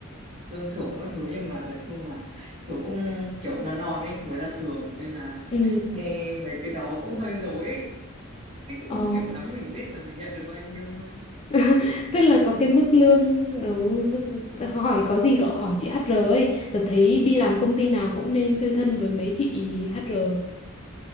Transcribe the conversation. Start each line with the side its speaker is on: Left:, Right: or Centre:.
Right: lương thưởng các thứ nhưng mà nói chung là tôi cũng kiểu non non ấy mới ra trường nên là
Left: ừ
Right: nghe mấy cái đó cũng hơi rối ấy, cũng
Left: ồ
Right: không hiểu lắm mình biết là mình nhận được bao nhiêu thôi
Left: <laughs> tức là có
Right: ừ,
Left: cái mức lương ừ, mức hỏi có gì cậu hỏi chị HR ấy tớ thấy đi làm công ty nào cũng nên chơi thân với mấy chị HR